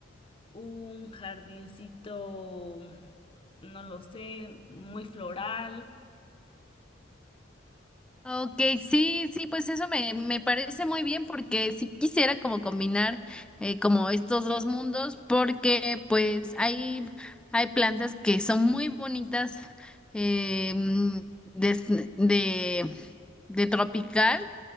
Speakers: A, on the left; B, in the centre.
A: un jardincito, no lo sé, muy floral.
B: Ok, sí, sí, pues eso me, me parece muy bien porque sí quisiera como combinar eh, como estos dos mundos porque pues hay, hay plantas que son muy bonitas eh, des- de, de tropical,